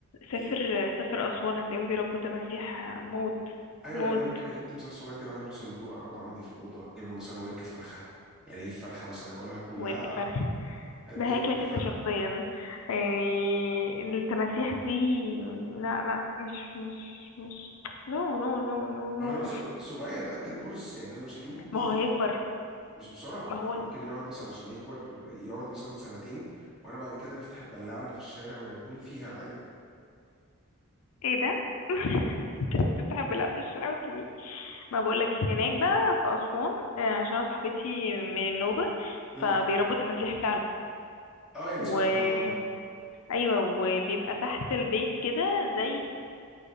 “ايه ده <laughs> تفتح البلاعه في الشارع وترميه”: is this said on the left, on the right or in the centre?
Left